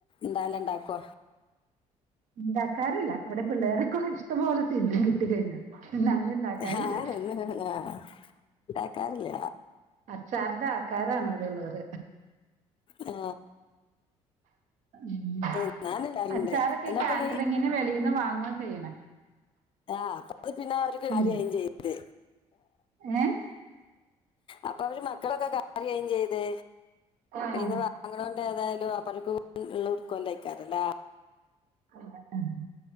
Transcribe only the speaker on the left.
എന്തായാലും ഉണ്ടാക്കോ
ഞാനൊന്നും ആ ഉണ്ടാക്കാറില്ല
ആ
തിന്നാനില്ലാരുണ്ട്
എന്നപ്പ
ഈ
ആഹ അപ്പൊ അത് പിന്നെ ഒരു കാര്യയും
ചെയ്ത്
അപ്പൊ അവര് മക്കളൊക്കെ കറുകയും ചെയ്ത്
ഇന്ന് വാങ്ങണണ്ട് ഏതായാലും ക്ക ഉള്ള ഉർക്കണ്ടഴക്കാറല്ലേ